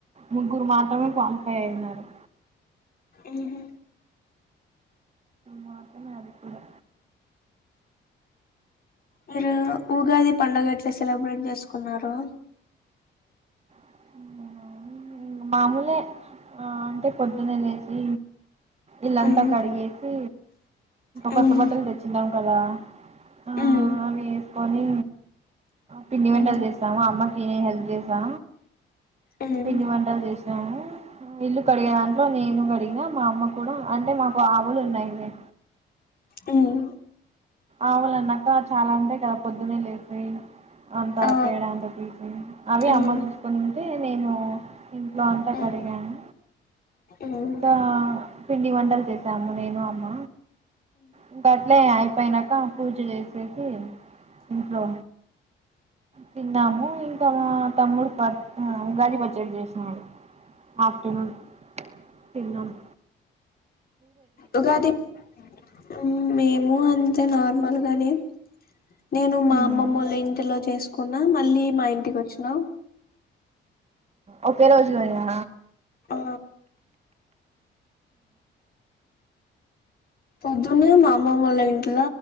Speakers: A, on the right (about 35°); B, on the left (about 50°).
A: ముగ్గురు మాత్రమే క్వాలిఫై అయినారు
B: ఉహు
A: మాత్రం మదికుడా
B: మీరు ఉగాది పండుగ ఎట్లా సెలబ్రేట్ చేసుకున్నారు
A: ఉ మామూలే ఆ అంటే పొద్దునే లేచి ఇల్లాంతా
B: ఉమ్
A: కడిగెస్ సి కొత్త
B: ఉమ్
A: బట్టలు తెచ్చిాం కదా అ
B: ఉమ్
A: అవేసుకొని పిండి వంటలు
B: ఉమ్
A: చేస్తాము అమ్మకి హెల్ప్ చేసా
B: ఉమ్
A: పిండి వన్ టలు చేసినము ఇల్లు కడిగే దాంట్లో నేను కడిగిన మా అమ్మ కూడా అంటే మాకు ఆవులు ఉన్నాయి
B: ఉమ్
A: అవులు అన్నాక చాలా ఉంటాయి కదా పొద్దున్న లేసి అంత
B: ఆ
A: పేడ అంతా తీసి అవి
B: ఉమ్
A: అమ్మ చూసుకుని ఉంటే నేను ఇంట్లో అంతా
B: ఉమ్
A: కడిగాను
B: ఉమ్
A: ఇంకా పిండి వంటలు చేసాము నేను అమ్మ ఇంక అట్లే అయిపోయినాక నంకా పూజ చేసేసి ఇంట్లో తిన్నాము ఇంకా మా తమ్ముడు పర్ ఉగాలి పచ్చడి చేసినడు ఆఫ్టర్నూన్ తిన్నాము
B: ఉగాది హు మేము అన్ నార్మల్గానే నేను మా
A: మ్మ్
B: అమ్మమ్మోళ్ల ఇంటిలో చేసు కున్నా మళ్ళీ మా ఇంటికి వచ్చినా
A: ఒకే రోజు కదా
B: ఆ పొద్దున్నే మా అమ్మమ్మోళ్ళ ఇంట్ల